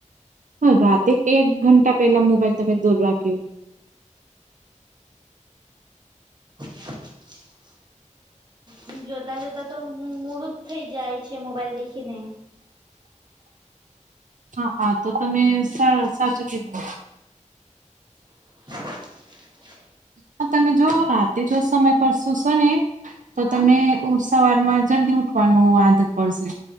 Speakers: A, on the right (about 80°); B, on the right (about 35°).
A: હા રાતે એક ઘંટા પેલા મોબાઈલ તમે દૂર રાખ્યો.
B: હ મજે જોતા જોતા તો મૂડું જ થઈ જાય છે મોબાઈલ દેખીને.
A: હા હા તો તો તમે સાચું કીધું.
B: <inaudible>
A: હ તમે જો રાતે જો સમય પર સુુંશો ને તો
B: હા
A: તમે સવારમાં જલ્દી ઉઠવાનું આદત પડશે.